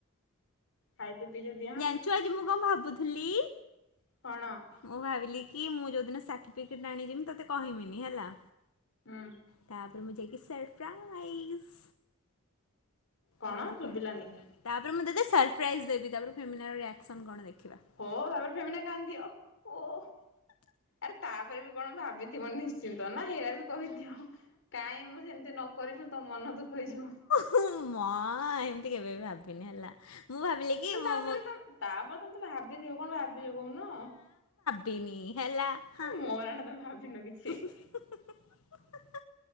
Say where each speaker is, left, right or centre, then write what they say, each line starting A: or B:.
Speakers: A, on the left; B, on the left.
A: ଖାଇଦେ ପିଇଦେ ଜି
B: ଜାଣିଛୁ ଆଜି ମୁଁ କଣ ଭାବୁଥୁଲି।
A: କଣ?
B: ମୁଁ ଭାବିଲି କି ମୁଁ ଯୋଉଦିନ ସାର୍ଟିଫିକେଟ ଆଣିଯିବି ତୋତେ କହମିନି ହେଲା।
A: ହୁଁ।
B: ତାପରେ ମୁ ଜାଇ କି ସରର୍ପ୍ରାଇଜ୍
A: କଣ
B: ତାପରେ
A: ଶୁଭିଲାନି।
B: ତାପରେ ମୁଁ ତୋତେ ସରପ୍ରାଇଜ୍ ଦେବି ତାପରେ ଫେମିଲାର ରିଆକ୍ସନ୍ କଣ ଦେଖିବା।
A: ହଁ ତାପରେ ଫେମିନା କାନ୍ଦିବ ଓ ଆରେ ତାପରେ ବି କଣ ଭାବି ବିଥିବ ନିଶ୍ଚିନ୍ତ ନା ହିଇଆ ବି କହିଦିଅ କାଇଁ ମୁଁ ସେମତି ନ କରିବି ତୋ ମନ ଦୁଃଖ ହେଇଯିବ।
B: ହୁଁ, ମା ଏମିତି କେବେ ବି ଭାବିନି ହେଲା ମୁଁ ଭାବିଲି କି
A: ତାପରେତ
B: ମୁଁ ମୋ
A: ତାପରେ ତମେ ତ ଭାବିଥିବ କଣ ଭାବିଛ କହୁନ
B: ବିିନି ହେଲା ହଁ।
A: ମୋର ରାଣ ତମେ ଭାବିନ କିଛି
B: <unintelligible> <unintelligible>